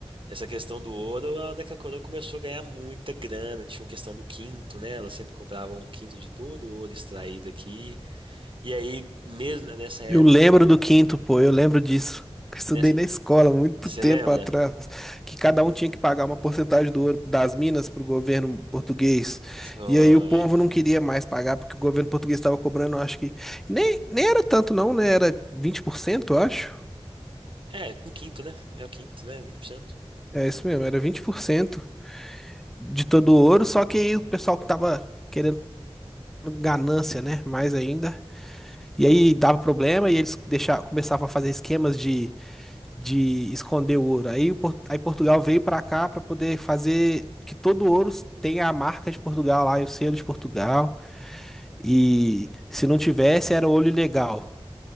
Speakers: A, on the right; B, in the centre.
A: essa questão do ouro, a Neca Coroa começou a ganhar muita grana. Tinha a questão do quinto, né? Ela sempre cobrava um quinto de todo o ouro extraído aqui. E aí, mesmo né, nessa época,
B: Eu lembro do quinto, pô, eu lembro disso. <laughs> Eu estudei
A: nessa-
B: na escola muito
A: Você
B: tempo
A: lembra?
B: atrás, que cada um tinha que pagar uma porcentagem do ouro das minas para o governo português.
A: Foi.
B: E aí o povo não queria mais pagar, porque o governo português estava cobrando, acho que. Nem, nem era tanto, não, né? Era 20%, eu acho.
A: É, um quinto, né? É o quinto, né? 20%.
B: É isso mesmo, era vinte por cento. de todo ouro, só que aí o pessoal que tava querendo ganância, né? Mais ainda. E aí dava problema e eles deixavam, começavam a fazer esquemas de, de esconder o ouro. Aí, o Por- aí Portugal veio pra cá pra poder fazer que todo ouro tenha a marca de Portugal lá e o selo de Portugal. E se não tivesse, era ouro ilegal.